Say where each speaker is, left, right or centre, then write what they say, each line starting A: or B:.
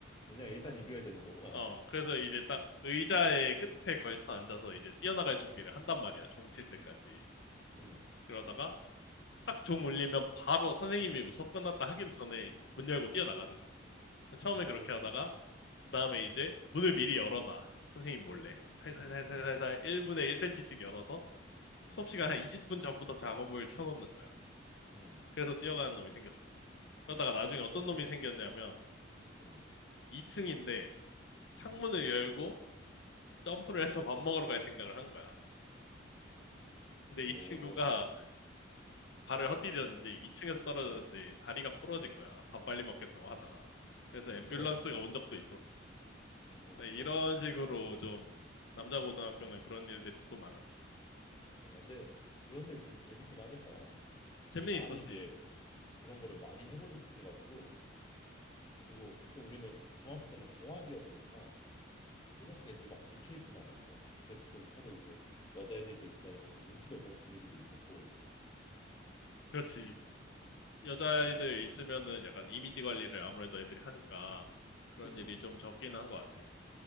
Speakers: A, on the left; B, on the left.
A: 그냥 일단
B: 아,
A: 이겨야 되는 거구나.
B: 어, 그래서 이제 딱
A: 응,
B: 의자의 끝에 걸쳐 앉아서 이제 뛰어나갈 준비를
A: 응,
B: 한단 말이야. 종칠 때까지.
A: 응,
B: 그러다가 딱 종 울리면 바로 선생님이 뭐 수업 끝났다 하기도 전에 문 열고 뛰어나가는
A: 응,
B: 거지. 처음에
A: 응,
B: 그렇게 하다가 그
A: 응,
B: 다음에 이제 문을 미리 열어놔. 선생님 몰래.
A: 응,
B: 살살살살살살
A: 응,
B: 1분에 1cm씩 열어서
A: 응,
B: 수업 시간 한 20분 전부터 작업을 쳐놓는 거야.
A: 응.
B: 그래서 뛰어가는 놈이 생겼어. 그러다가 나중에
A: 진짜.
B: 어떤 놈이 생겼냐면
A: 응, 응.
B: 2층인데
A: 응.
B: 창문을 열고 점프를 해서 밥 먹으러 갈 생각을 한 거야.
A: 오,
B: 근데 이 친구가 발을 헛디뎠는지 2층에서 떨어졌는데
A: 응.
B: 다리가 부러진 거야. 밥 빨리 먹겠다고 하다가. 그래서
A: 어,
B: 앰뷸런스가 온 적도 있었어.
A: 어,
B: 이런
A: 어.
B: 식으로 좀 남자 고등학교는 그런 일들이 또 많았지.
A: 어. 야, 근데 그런 데 있으면 재밌긴 하겠다.
B: 재미
A: 나는
B: 있었지.
A: 이제 그런 거를 많이 해보진 못해가지고 그리고 또 우리는 중학교 때는 공학이었으니까 막 그렇게 애들이 막 미쳐 있진 않았어. 그래도 좀 서로 이제 여자애들도 있고 하니까 좀 눈치도 보는 분위기도 있었고,
B: 그렇지. 여자애들
A: 어,
B: 있으면은 약간 이미지 관리를 아무래도 애들이 하니까 그런
A: 그지.
B: 일이 좀 적긴 한 것 같아.